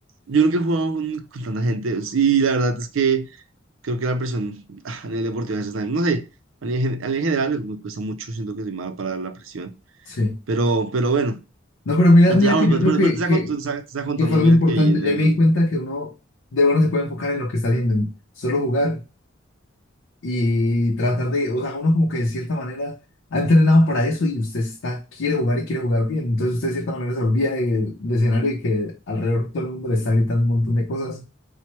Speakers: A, on the right; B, on the left.
A: Yo nunca he jugado con, con tanta gente y la verdad es que creo que la presión <laughs> ah, a nivel deportivo a veces también, no sé, a nivel, gen- a nivel general me cuesta mucho, siento que soy malo para la presión,
B: Sí.
A: pero, pero bueno,
B: No, pero mira,
A: pero,
B: mira
A: te- ah,
B: que
A: bueno, pero-
B: yo creo
A: pero-
B: que,
A: pero te
B: que,
A: está, cont- te está- te está contando,
B: que fue algo
A: mira
B: importante.
A: que ahí en
B: Ya
A: el,
B: me di cuenta que uno de verdad se puede enfocar en lo que está haciendo, en solo jugar y tratar de, o sea, uno como que de cierta manera ha entrenado para eso y usted está, quiere jugar y quiere jugar bien. Entonces usted de cierta manera se olvida del, del escenario y que alrededor todo el mundo le está gritando un montón de cosas